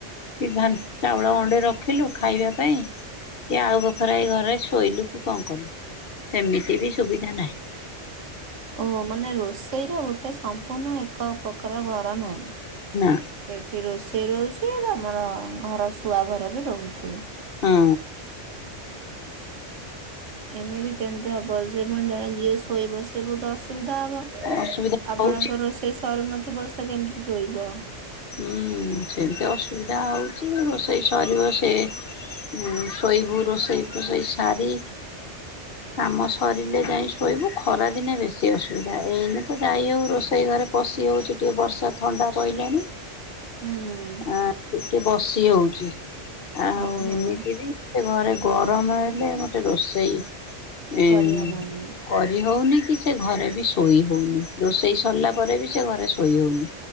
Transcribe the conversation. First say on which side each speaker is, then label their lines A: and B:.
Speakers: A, on the left; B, on the right.
A: କି ଧାନ, ଚାଉଳ ଗଣ୍ଡେ ରଖିଲୁ ଖାଇବା ପାଇଁ। କି ଆଉ ବଖରାରେ ଘରେ ଶୋଇଲୁ କି କଣ କଲୁ ସେମିତି ବି ସୁବିଧା ନାହିଁ।
B: ଓ ମାନେ ରୋଷେଇର ଗୋଟେ ସମ୍ପୂର୍ଣ୍ଣ ଏକ ପ୍ରକାର ଘର ନାହିଁ।
A: ନା
B: ସେଠି ରୋଷେଇ ରହୁଛି ତମର ଘର ଶୁଆ ଘର ବି ରହୁଛି।
A: ହୁଁ।
B: ଏମିତି କେମତି ହବ ଯେ ପୁଣି ଜଣେ ଯିଏ ଶୋଇବ ସେ ବହୁତ ଅସୁବିଧା ହବ।
A: ଅସୁବିଧା
B: ଆପଣଙ୍କ
A: ହଉଛି।
B: ରୋଷେଇ ସରୁନଥିବ ସେ କେମିତି ଶୋଇବ।
A: ହୁଁ ସେମିତି ଅସୁବିଧା ହଉଛି ରୋଷେଇ ସରିବ ସେ ଉ ଶୋଇବୁ ରୋଷେଇ ଫୋସେଇ ସାରି କାମ ସରିଲେ ଯାଇ ଶୋଇବୁ ଖରା ଦିନେ ବେଶୀ ଅସୁବିଧା ଏଇନେ ତ ଯାଇ ହଉ ରୋ ରୋଷେଇ ଘରେ ପଶି ହଉଛି ଟିକେ ବର୍ଷା ଥଣ୍ଡା ପଇଲାଣି।
B: ହୁଁ
A: ଆ ଟିକେ ବସି ହଉଛି ଆଉ
B: ଓହୋ।
A: ଏମିତି ବି ଘରେ ଗରମ ହେଲେ ମୋଟେ ରୋଷେଇ ଏମ୍
B: କରିହବନି
A: କରି ହଉନି କି ସେ ଘରେ ବି ଶୋଇ ହଉନି। ରୋଷେଇ ସରିଲା ପରେ ବି ସେ ଘରେ ଶୋଇ ହଉନି।